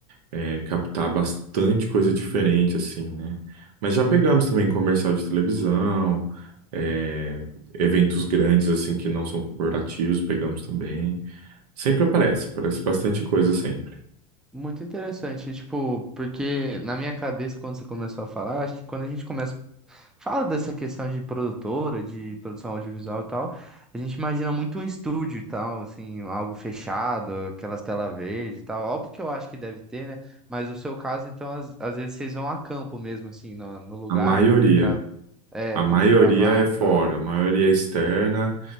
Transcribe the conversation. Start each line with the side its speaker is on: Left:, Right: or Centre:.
Right: é, captar bastante coisa diferente, assim, né? Mas já pegamos também comercial de televisão, é, eventos grandes, assim, que não são corporativos, pegamos também. Sempre aparece, aparece bastante coisa sempre.
Centre: Muito interessante, tipo, porque na minha cabeça, quando você começou a falar, acho que quando a gente começa, fala dessa questão de produtora, de produção audiovisual e tal, a gente imagina muito um estúdio e tal, assim, algo fechado, aquelas telas verdes e tal. Óbvio que eu acho que deve ter, né? Mas o seu caso, então, às, às vezes vocês vão a campo mesmo, assim, no, no lugar,
Right: A maioria.
Centre: poder gravar, é,
Right: A
Centre: poder
Right: maioria
Centre: gravar
Right: é
Centre: e
Right: fora,
Centre: tal.
Right: a maioria é externa.